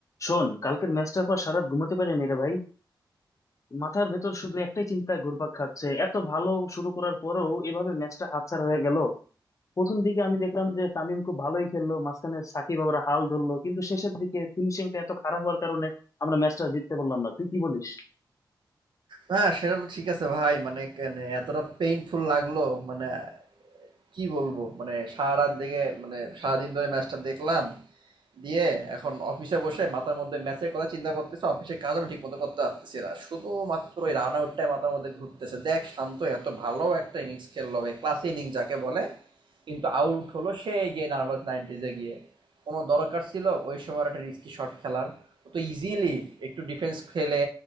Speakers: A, on the left; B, on the right.
A: শোন কালকের ম্যাচটার পর সারাত ঘুমাতে পারিনি রে ভাই মাথার ভেতর শুধু একটাই চিন্তা ঘুরপাক খাচ্ছে এত ভালো শুরু করার পরেও এভাবে ম্যাচটা হাতছাড়া হয়ে গেল প্রথম দিকে আমি দেখলাম যে তামিম খুব ভালোই খেললো মাঝখানে সাকিব আবার হাল ধরলো কিন্তু শেষের দিকে ফিনিশিংটা এত খারাপ হওয়ার কারণে আমরা ম্যাচটা জিততে পারলাম না তুই কি বলিস
B: না সেটা তো ঠিক আছে ভাই মানে কেন এতটা পেইনফুল লাগলো মানে কি বলবো মানে সারা রাত দেখে মানে সারাদিন ধরে ম্যাচটা দেখলাম দিয়ে এখন অফিসে বসে মাথার মধ্যে ম্যাচের কথা চিন্তা করতেছে অফিসের কাজ আমি ঠিকমতো করতে পারতেছি না শুধুমাত্র ওই রান আউটটাই মাথার মধ্যে ঘুরতেছে দেখ শান্ত এত ভালো একটা ইনিংস খেললো ভাই ক্লাস ইনিংস যাকে বলে কিন্তু আউট হলো সে গিয়ে নার্ভাস নাইনটিজে গিয়ে কোনো দরকার ছিল ওই সময় একটা রিস্কি শট খেলার ও তো ইজিলি একটু ডিফেন্স খেলে